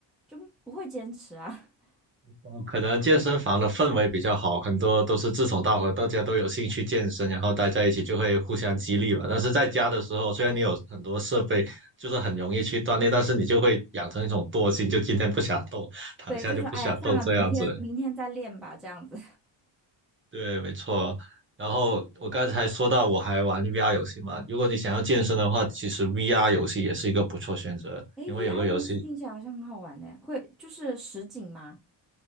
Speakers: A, in the centre; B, on the right.
A: 就不会坚持啊。<laughs>
B: 嗯可能健身房的氛围比较好，很多都是志同道合，大家都有兴趣健身，然后待在一起就会互相激励吧。但是在家的时候，虽然你有很多设备，就是很容易去锻炼，但是你就会养成一种惰性，就今天不想动，躺下就不想动这样子。
A: 对，就说哎呀，算了，明天明天再练吧，这样子。
B: 对，没错。然后我刚才说到我还玩 VR 游戏嘛，如果你想要健身的话，其实 VR 游戏也是一个不错选择，
A: 诶
B: 因为有个游戏
A: v r 游戏听起来好像很好玩呢，会就是实景吗？